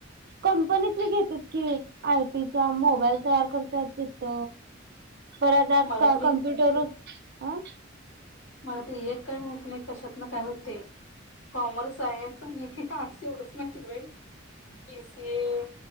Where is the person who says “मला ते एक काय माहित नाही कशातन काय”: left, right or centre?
Left